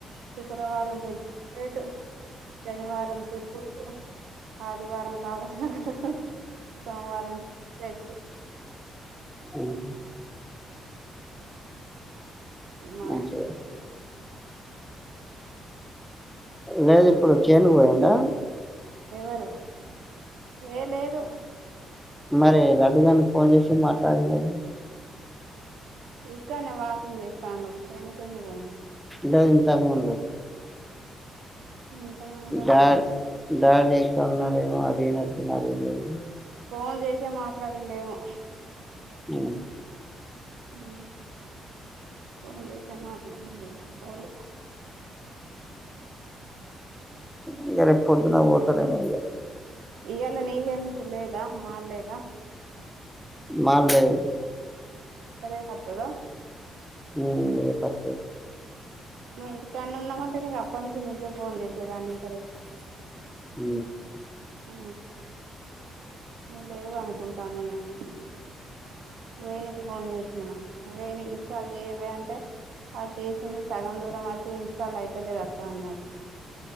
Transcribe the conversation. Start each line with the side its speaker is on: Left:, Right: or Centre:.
Right: శుక్రవారం పెంచినపేట్ శనివారం సిరిపూర్ ఆదివారం కాగజ్నగర్ సోమవారం నుంచి రెస్ట్
Centre: అ హు
Right: మార్కెట్
Centre: మంచిగా
Right: పోయి
Centre: లేదు ఇప్పుడు చేను పోయిడా
Right: ఎవరు ఏ లేదు
Centre: మరి లడ్డు గనికి ఫోన్ చేసి మాట్లాడింది అయితే
Right: ఇక్కనే వాకింగ్ చేస్తున్నావ్ చేను కు ఎందుకు పోయిండు
Centre: లేదు ఇంతకు ముందు
Right: ఇంతకు ముందు
Centre: డాడ్
Right: నాకు తెలవదు
Centre: డాడీ ఎక్కడ ఉన్నాడేమో అడిగినట్లు ఉన్నాడు మీరు
Right: ఫోన్ చేసే మాట్లాడిండేమో
Centre: ఉ
Right: ఉ ఫోన్ చేసా మాట్లాడిండు పోలే
Centre: ఇంగ రేపొద్దున్న పోతారెమో ఇగ
Right: ఇయ్యలా నెయ్యి ఎందుకు లేదా మాల్లేద
Centre: మాల్లేదు
Right: రేపత్తద
Centre: ఊ రేపత్తది
Right: నువ్వు ఇంటికాన్నగ ఉన్నావంటే నిగ అప్పన్నించి నీకే ఫోన్ జేసేదాన్ని ఇంకా రె
Centre: ఊ
Right: ఆ నువ్వు లేవ అనుకుంటాన్నా నేను వేణికి ఫోన్ జేసిన వేణి ఇన్స్టాల్ జెయ్యవే అంటే ఆ చేసింది సగం దూరం అచ్చి ఇన్స్టాల్ అయితలేదక్క అన్నది